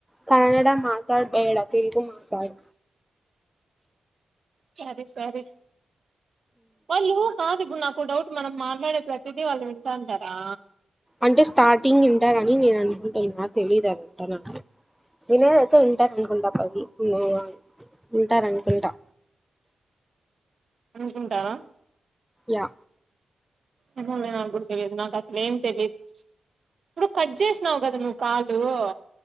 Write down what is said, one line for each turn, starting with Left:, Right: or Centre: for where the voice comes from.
Centre: కన్నడ మతాడ్ బేడా తెలుగు మా. టాయీ.
Right: క్యబిడ్స్ స్వారీ. వాళ్ళు, కాదు ఇప్పుడు నాకొ డౌట్ మనం మా. మేడమ్ ప్రతిదీ వాళ్ళీంటాంటారా!?
Centre: అంటే స్టార్టింగ్ వింటారని నేను అనుకుంటున్నా తెలియదు మో తనకు వినేదైతే వింటారనుకుంటరబ్బ అవి ఊమ్మ్ ఆ ఉంటారనుకుంటా
Right: అనుకుంటారా
Centre: యా
Right: ఇప్పుడు నేను నాగ్గూడ తెలీదు నాకసలేం తెలీదు ఇప్పుడు కట్ చేసినావు కదా నువ్వు కాల్ నువ్వు